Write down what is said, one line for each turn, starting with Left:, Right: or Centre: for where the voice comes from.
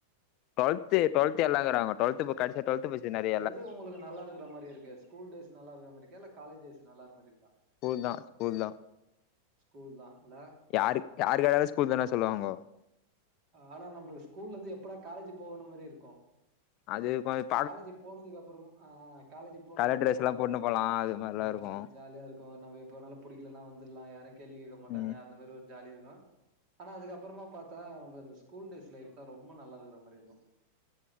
Left: டுவல்த் டுவல்த்து எல்லாம் இருக்கறாங்க டுவல்த் இப்ப கடசியா டுவல்த் பசங்க நெறையா
Right: எது உங்களுக்கு நல்ல இருக்கற மாரி இருக்கு ஸ்கூல் டேஸ் நல்லா இருக்குற மாரி இருக்கா இல்ல காலேஜ் டேஸ் நல்லா மாரி இருக்கா
Left: ஸ்கூல் தா ஸ்கூல் தா
Right: ஸ்கூல் தா இல்ல
Left: யாரு யாருக்காருந்தாலு ஸ்கூல் தான சொல்லுவாங்கோ
Right: ஆனா நம்மளுக்கு ஸ்கூல் இருந்து எப்படா காலேஜ் போகணும் மாரி இருக்கும்
Left: அது பாத்
Right: காலேஜி போனதுக்கு அப்றமு ஆ காலேஜி போனதுக்கு
Left: கலர்
Right: அப்றமு
Left: ட்ரெஸ் எல்லா போட்னு போலா அது மாரிலா
Right: ஆ
Left: இருக்கு
Right: ஜாலியா இருக்கும் நம்ம எப்ப வேனாலு புடிக்கலனா வந்துரலாம் யாரும் கேள்வி கேட்க மாட்டாங்க
Left: ம்
Right: அந்த மாரி ஒரு ஜாலி இருக்கும் ஆனா அதுக்க அப்றமா பாத்தா அந்த ஸ்கூல் டேஸ் லைஃப் தா ரொம்ப நல்லா இருக்குற மாரி இருக்கும்